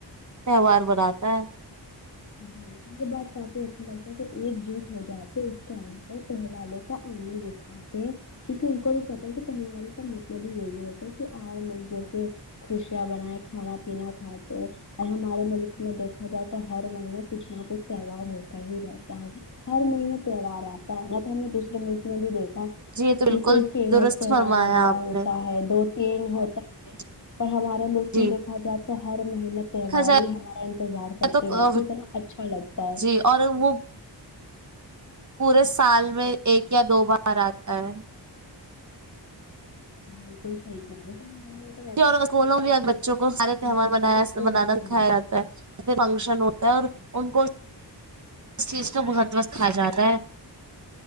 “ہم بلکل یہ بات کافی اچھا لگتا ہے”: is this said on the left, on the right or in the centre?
Left